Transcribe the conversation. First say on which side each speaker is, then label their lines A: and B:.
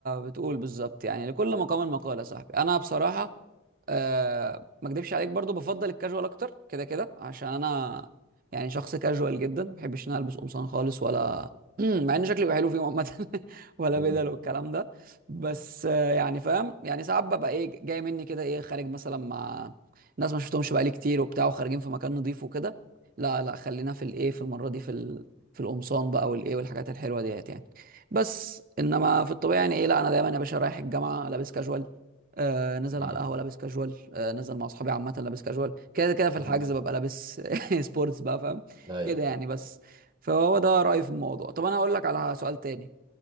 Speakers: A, on the right (about 45°); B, on the right (about 20°).
A: بتقول بالظبط يعني لكل مقام مقال يا صاحبي انا بصراحه أه ما اكدبش عليك برضو بفضل الكاجوال اكتر كده كده عشان انا يعني شخص كاجوال جدا ما بحبش ان أنا البس قمصان خالص ولا <clears throat> مع ان شكلي بيبقى حلو فيه عامه <laughs> ولا
B: مم.
A: بدل والكلام ده بس آه، يعني فاهم يعني ساعات ببقى ايه جاي مني كده ايه خارج مثلا مع ناس ما شفتهمش بقالي كتير وبتاع وخارجين في مكان نضيف وكده لا لا خلينا في الايه في المره دي في ال... في القمصان بقى والايه والحاجات الحلوه ديت يعني بس انما في الطبيعي يعني ايه لا انا دايما يا باشا رايح الجامعه لابس كاجوال آه نزل
B: مم.
A: على القهوه لابس كاجوال آه نزل مع اصحابي عامه لابس كاجوال كده كده في
B: مم.
A: الحجز ببقى لابس <laughs> سبورتس بقى فاهم
B: ايوه
A: كده يعني بس فهو ده رايي في الموضوع طب انا هقول لك على سؤال تاني